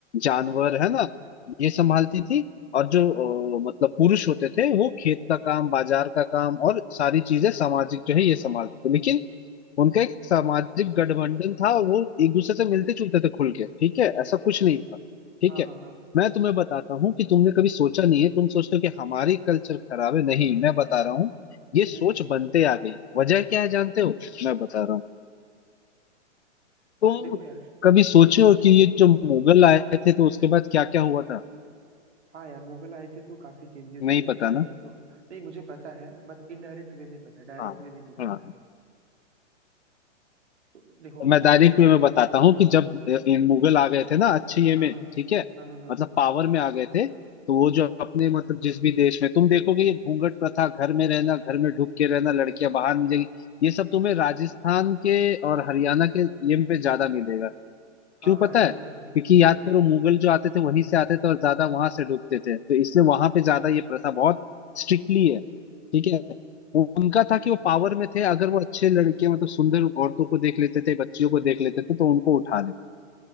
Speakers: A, on the left (about 60°); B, on the right (about 65°).
A: जानवर है ना ये संभालती थी और जो अ, मतलब पुरुष होते थे वो खेत का काम बाजार का काम और सारी चीजें सामाजिक जो है ये संभालते थे लेकिन उनका एक सामाजिक गठबंधन था और वो एक दूसरे से मिलते जुलते थे खुल के ठीक है ऐसा कुछ
B: हम्म,
A: नहीं था ठीक
B: हाँ
A: है
B: हाँ हाँ,
A: मैं तुम्हें बताता हूँ कि तुमने कभी सोचा नहीं है तुम सोचते हो कि हमारी कल्चर खराब है नहीं मैं बता रहा हूँ ये सोच
B: हम्म
A: बनते आ गई वजह क्या है जानते हो मैं बता रहा हूँ तुम
B: देखो यार
A: कभी सोचे
B: हाँ बताइए
A: हो कि ये जो मुगल आए थे तो उसके बाद क्या क्या हुआ था
B: हाँ यार मुगल आए थे तो काफी चेंजेस
A: नहीं
B: हुए
A: पता
B: थे पहले
A: ना
B: तो नहीं मुझे पता है बट इनडायरेक्ट वे में पता है डायरेक्ट
A: हाँ
B: वे में नहीं पता
A: हाँ
B: है तो देखो
A: मैं
B: मुगल
A: डायरेक्ट
B: से सब
A: वे में बताता हूँ कि जब अ, इन मुगल आ गए थे ना अच्छे ये
B: हाँ
A: में
B: हाँ
A: ठीक है
B: हाँ हाँ
A: मतलब
B: हाँ
A: पावर में आ गए थे तो वो जो अपने मतलब जिस भी देश में तुम देखोगे ये घूंघट प्रथा घर में रहना घर में ढुक के रहना लड़कियां बाहर नहीं जाएगी ये सब तुम्हें राजस्थान के और हरियाणा के ये में ज्यादा मिलेगा
B: हाँ
A: क्यों
B: हाँ
A: पता
B: हाँ
A: है
B: ये
A: क्योंकि
B: तो है ये
A: याद
B: तो है
A: करो मुगल जो आते थे वहीं से आते थे और ज्यादा वहां से डूबते थे तो इसलिए वहां पे ज्यादा ये प्रथा बहुत स्ट्रिक्टली है ठीक है उ- उनका था कि वो पावर में थे अगर वो अच्छे लड़के मतलब सुंदर औरतों को देख लेते थे बच्चियों को देख लेते थे तो उनको उठा लेते